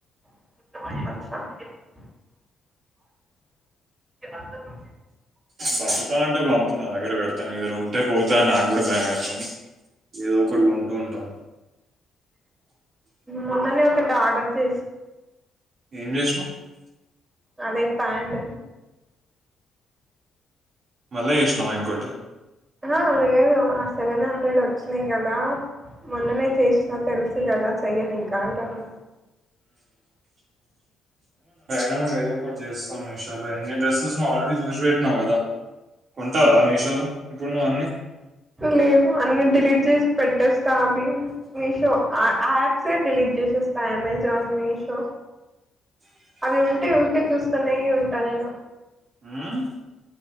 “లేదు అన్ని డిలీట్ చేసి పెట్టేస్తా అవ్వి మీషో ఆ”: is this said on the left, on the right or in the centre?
Right